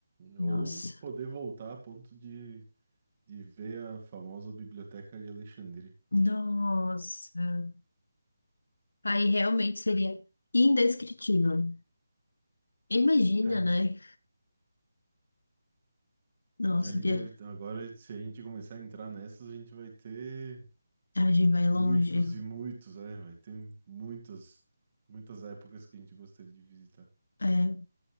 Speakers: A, on the left; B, on the right.
A: Nossa.
B: Ou poder voltar a ponto de, de ver a famosa Biblioteca de Alexandria.
A: Nossa. Aí realmente seria indescritível. Imagina,
B: É.
A: né? Nossa,
B: Ali
A: via-
B: deve. Agora, se a gente começar a entrar nessas, a gente vai ter
A: a viagem vai
B: muitos
A: longe.
B: e muitos, é. Vai ter muitas, muitas épocas que a gente gostaria de visitar.
A: É.